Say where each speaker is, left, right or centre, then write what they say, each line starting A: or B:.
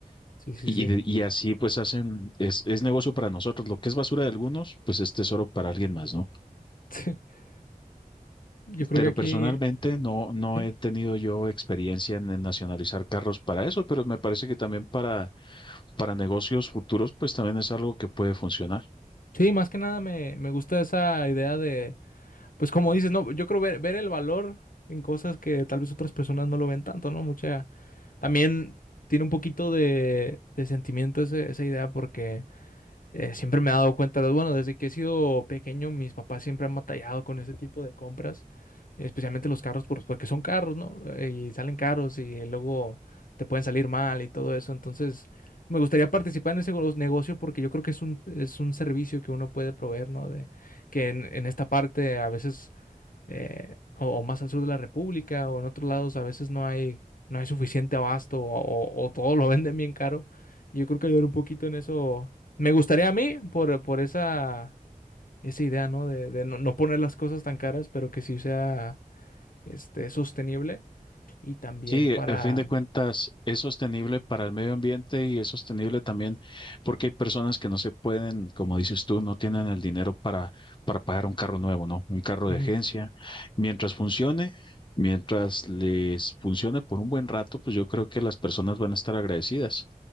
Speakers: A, on the left; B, on the left.
A: Sí, sí,
B: Y,
A: sí.
B: de- y así pues hacen, es, es negocio para nosotros. Lo que es basura de algunos, pues es tesoro para alguien más, ¿no?
A: <laughs> Yo creo
B: Pero
A: que aquí.
B: personalmente no, no
A: ¿Sí?
B: he tenido yo experiencia en, en nacionalizar carros para eso, pero me parece que también para, para negocios futuros, pues también es algo que puede funcionar.
A: Sí, más que nada me, me gusta esa idea de, pues como dices, no, yo creo ver, ver el valor en cosas que tal vez otras personas no lo ven tanto, ¿no? Mucha, también tiene un poquito de, de sentimiento ese- esa idea porque eh, siempre me he dado cuenta, de- bueno, desde que he sido pequeño, mis papás siempre han batallado con ese tipo de compras, especialmente los carros, por- porque son carros, ¿no? Eh, Y salen caros y luego te pueden salir mal y todo eso. Entonces, me gustaría participar en ese go- negocio porque yo creo que es un, es un servicio que uno puede proveer, ¿no? De, que en, en esta parte a veces eh, o, o más al sur de la República o en otros lados a veces no hay, no hay suficiente abasto o, o- o todo lo <laughs> venden bien caro. Yo creo que ayudar un poquito en eso me gustaría a mí por, por esa, esa idea, ¿no? De, de no, no poner las cosas tan caras, pero que sí sea este, sostenible y también
B: Sí,
A: para...
B: a fin de cuentas es sostenible para el medio ambiente y es sostenible también porque hay personas que no se pueden, como dices tú, no tienen el dinero para, para pagar un carro nuevo, ¿no? Un carro de
A: Ujú,
B: agencia. Mientras funcione, mientras les funcione por un buen rato, pues yo creo que las personas van a estar agradecidas.